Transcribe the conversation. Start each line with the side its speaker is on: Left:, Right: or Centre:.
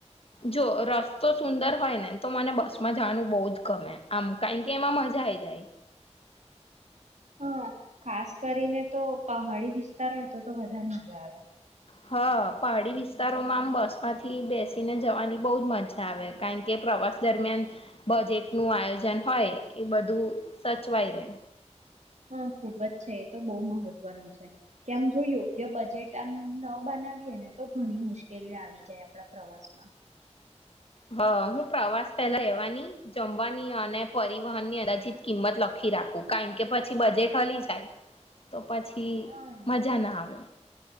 Left: જો રસ્તો સુંદર હોય ને તો મને બસમાં જવાનું બહુ જ ગમે આમ કારણ કે એમાં મજા આઈ જાય
Right: હા ખાસ કરીને તો પહાડી વિસ્તાર હોય તો તો વધારે મજા આવે.
Left: હા પહાડી વિસ્તારોમાં આમ બસમાંથી બેસીને જવાની બઉ જ મજા આવે કારણ કે પ્રવાસ દરમિયાન બજેટ નું આયોજન હોય એ બધું સચવાય રહેે.
Right: હા ખુબ જ છે એ તો બહુ મહત્વનું છે કેમ યોગ્ય બજેટ આમ ન બનાવીએ ને તો ઘણી મુશ્કેલીઓ આવી જાય આપડા પ્રવાસમાં.
Left: અ હું પ્રવાસ પહેલા રહેવાની જમવાની અને પરિવહન ની અંદાજિત કિંમત લખી રાખું કારણ કે પછી બજેટ હાલી જાય તો પછી
Right: હા એ
Left: મજા ના આવે.